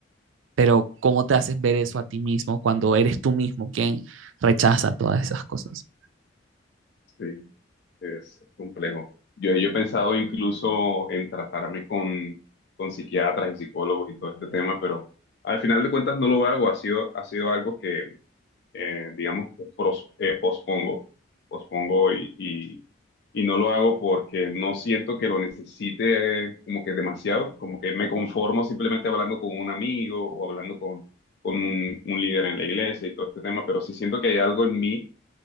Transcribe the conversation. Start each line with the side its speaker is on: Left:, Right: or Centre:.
Right: pero ¿cómo te haces ver eso a ti mismo cuando eres tú mismo quien rechaza todas esas cosas?
Left: sí, es complejo. Yo, yo he pensado incluso en tratarme con, con psiquiatras y psicólogos y todo este tema, pero al final de cuentas no lo hago, ha sido, ha sido algo que eh, digamos que pros- eh, pospongo, pospongo y, y, y no lo hago porque no siento que lo necesite eh, como que demasiado, como que me conformo simplemente hablando con un amigo o hablando con, con un, un líder en la iglesia y todo este tema, pero sí siento que hay algo en mí